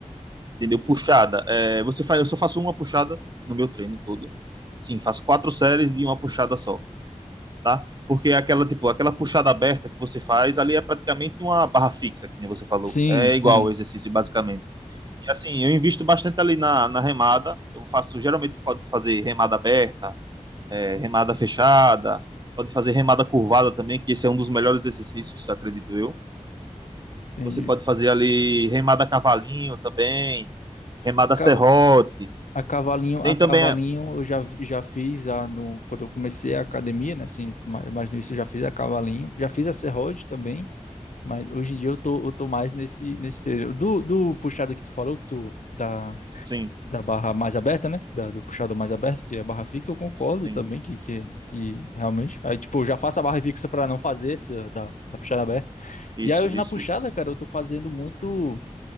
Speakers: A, on the right; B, on the left.
A: entendeu? Puxada. É, você faz, eu só faço uma puxada no meu treino todo. Sim, faço quatro séries de uma puxada só tá? Porque é aquela, tipo, aquela puxada aberta que você faz ali é praticamente uma barra fixa, que nem você falou.
B: Sim,
A: É
B: sim,
A: igual o exercício, basicamente. E assim, eu invisto bastante ali na, na remada. Eu faço, geralmente pode fazer remada aberta, é, remada fechada, pode fazer remada curvada também, que esse é um dos melhores exercícios, acredito eu.
B: entendi.
A: Você pode fazer ali remada cavalinho também, remada
B: Acaba,
A: serrote.
B: A cavalinho,
A: Tem
B: a cavalinho
A: também. é,
B: eu já, já fiz a, no, quando eu comecei a academia, né? Assim, mais, mais no início eu já fiz a cavalinho. Já fiz a serrote também, mas hoje em dia eu tô, eu tô mais nesse, nesse treino. Do, do puxado que tu falou, que tu, da,
A: Sim,
B: da barra mais aberta, né? Da, do puxado mais aberto, que é a barra fixa, eu concordo
A: sim.
B: também que, que, que realmente. Aí, tipo, eu já faço a barra fixa para não fazer essa da, da puxada aberta.
A: Isso,
B: E aí hoje na
A: isso,
B: puxada,
A: isso.
B: cara, eu tô fazendo muito